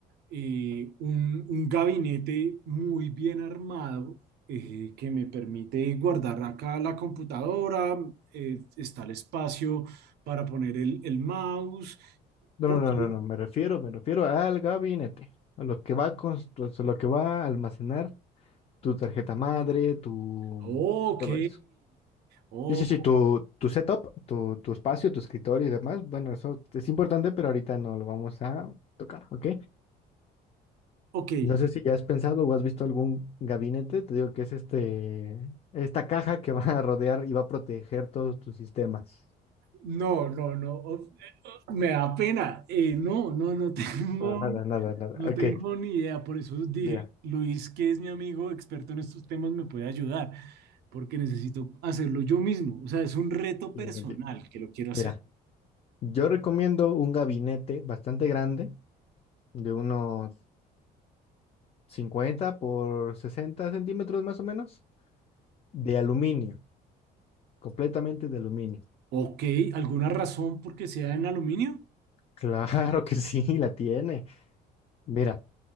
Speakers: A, on the right (about 75°); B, on the left (about 35°).
A: eh, un, un gabinete muy bien armado eh, que me permite guardar acá la computadora, eh, está el espacio para poner el, el mouse.
B: No,
A: Porque...
B: no, no, no, no, me refiero, me refiero al gabinete, a lo que va a constru- lo que va a almacenar tu tarjeta madre, tu
A: Ok,
B: todo eso.
A: oh,
B: Sí, sí, sí, tu, tu setup, tu, tu espacio, tu escritorio y demás, bueno, eso es importante, pero ahorita no lo vamos a tocar, ¿ok?
A: ok.
B: No sé si ya has pensado o has visto algún gabinete, te digo que es este, esta caja que <laughs> va a rodear y va a proteger todos tus sistemas.
A: No, no, no, me da pena. Eh, no, no, no <laughs> tengo
B: No, nada, nada, nada.
A: No
B: Ok.
A: tengo ni idea, por eso dije,
B: Mira.
A: Luis, que es mi amigo experto en estos temas, me puede ayudar, porque necesito hacerlo yo mismo. O sea, es un reto
B: mira,
A: personal
B: conti-
A: que lo quiero hacer.
B: mira, yo recomiendo un gabinete bastante grande, de unos 50 por 60 centímetros más o menos, de aluminio, completamente de aluminio. <laughs>
A: Ok, ¿alguna razón por qué sea en aluminio?
B: Claro que sí, la tiene. Mira.